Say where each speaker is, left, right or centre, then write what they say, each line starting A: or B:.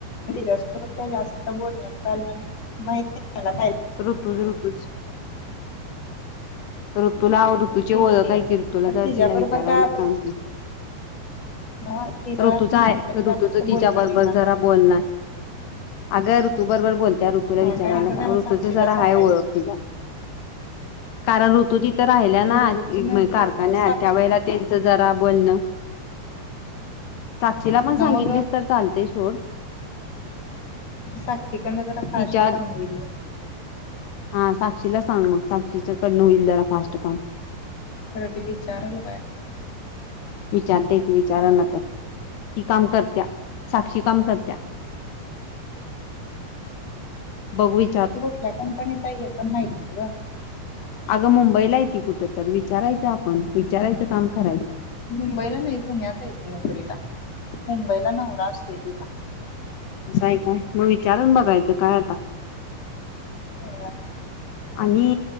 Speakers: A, on the left; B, on the left.
A: तिच्यासोबत काय जास्त बोलण चाललं नाही ख
B: ऋतूच ऋतूज ऋतू लाव. तुझ
A: गेलतीच
B: ओळ काय की ऋतूला
A: खरं
B: जरदीला
A: तिच्या बरोबर
B: विचारायला
A: काय आपलं
B: सांग की
A: नव्ह तिचं
B: ऋतूचा
A: आणि
B: आहे
A: आपलं जास्त
B: ऋतूच तिच्या
A: बोलणं
B: बरोबर
A: नाही ना
B: जरा
A: गं.
B: बोलणार अगं ऋतू बरोबर बोलत्या ऋतूला विचारायला
A: हा काय नाही तर काय मग
B: ऋ
A: साक्षीला
B: जरा
A: सांगायचं
B: आहे ओळख तीला. कारण ऋतू तिथं राहिल्या ना
A: ऋतूच नसलं
B: कारखान्यात
A: तर मग साक्षी
B: त्यावे त्यांच जरा बोलण. साक्षीला पण
A: नव्ह
B: सांगितलीस तर चालते सोड.
A: साक्षी कंड जरा फास्ट
B: तिच्या
A: काम गेल.
B: हा साक्षीला सांग मग साक्षीच्याकडनं होईल जरा फास्ट काम
A: तर ती विचारल काय.
B: विचारते त विचाराना तर ती काम करत्या साक्षी काम करत्या बघूवी
A: ती कुठल्या कंपनीत आहे हे पण माहिती ग
B: अगं मुंबईला हाय ती कुठं तर विचारायचं आपण विचारायचं काम करायचं
A: मुंबईला नाही पुण्यात हाय ती नोकरीला मुंबईला नवरा असतोय तिचा
B: असं आहे काय. मग विचारून बघायचं काय
A: हो
B: आणि